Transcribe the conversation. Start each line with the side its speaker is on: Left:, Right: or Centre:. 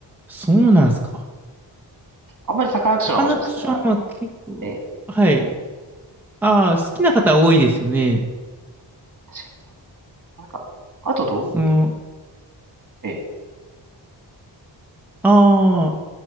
Centre: そうなんですか。
Right: あんまりサカナクションはもしかしたら、
Centre: サカナクションは結構、
Right: ええ、
Centre: はい。ああ、好きな方多いですよね。
Right: 確かにそう。なんか、あとどういう系
Centre: その、
Right: ええ。
Centre: ああ、